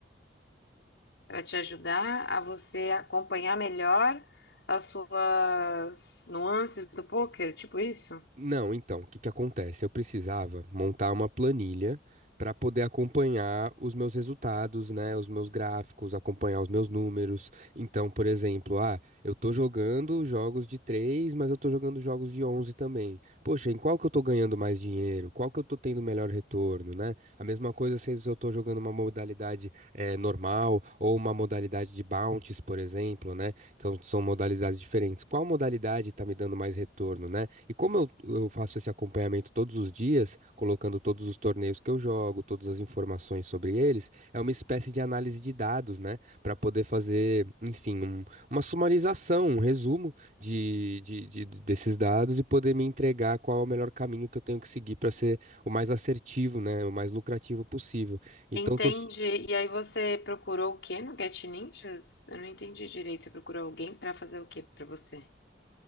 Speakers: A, on the left; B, on the right.
A: Para te ajudar a você acompanhar melhor as suas nuances do poker, tipo isso?
B: Não, então, o que que acontece? Eu precisava montar uma planilha para poder acompanhar os meus resultados, né, os meus gráficos, acompanhar os meus números. Então, por exemplo, ah, eu tô jogando jogos de 3, mas eu tô jogando jogos de 11 também. Poxa, em qual que eu tô ganhando mais dinheiro? Qual que eu tô tendo melhor retorno, né? A mesma coisa se eu tô jogando uma modalidade eh, normal ou uma modalidade de bounties, por exemplo, né? Então, são modalidades diferentes. Qual modalidade está me dando mais retorno, né? E como eu, eu faço esse acompanhamento todos os dias, colocando todos os torneios que eu jogo, todas as informações sobre eles, é uma espécie de análise de dados, né? Para poder fazer, enfim, um- uma sumarização, um resumo de, de- de- de- desses dados e poder me entregar qual é o melhor caminho que eu tenho que seguir para ser o mais assertivo, né? O mais lucrativo possível. Então,
A: Entendi.
B: tô,
A: E aí você procurou o quê no Get Ninjas? Eu não entendi direito. Você procurou alguém para fazer o quê para você?